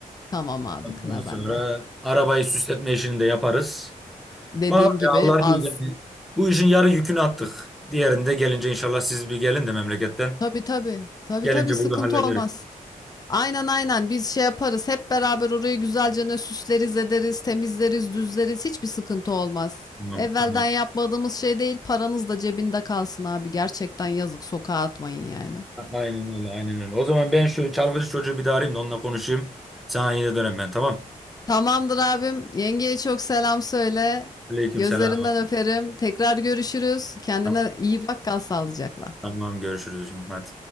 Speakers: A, on the left; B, in the centre.
A: Tamam abi
B: Ondan
A: kına
B: sonra
A: bende.
B: arabayı süsletme işini de yaparız.
A: Dediğim
B: Bak
A: gibi
B: ya Allah
A: az.
B: büyük. yani. Bu işin yarı yükünü attık. Diğerinde gelince inşallah siz bir gelin de memleketten.
A: Tabii tabii. Tabii
B: Gelince
A: tabii sıkıntı
B: bunu hallederiz.
A: olmaz. Aynen aynen biz şey yaparız hep beraber orayı güzelce ne süsleriz ederiz temizleriz düzleriz hiçbir sıkıntı olmaz.
B: Tamam,
A: Evvelden
B: tamam.
A: yapmadığımız şey değil paranız da cebinde kalsın abi gerçekten yazık sokağa atmayın yani.
B: A- Aynen öyle, aynen öyle. O zaman ben şu çalgıcı çocuğu bir daha arayayım da onunla konuşayım. Sana yine dönem ben tamam.
A: Tamamdır abim yengeye çok selam söyle
B: Aleyküm
A: gözlerinden
B: selam.
A: öperim tekrar görüşürüz kendine
B: Tamam,
A: iyi bak kal sağlıcakla.
B: tamam görüşürüz hocam. Hadi.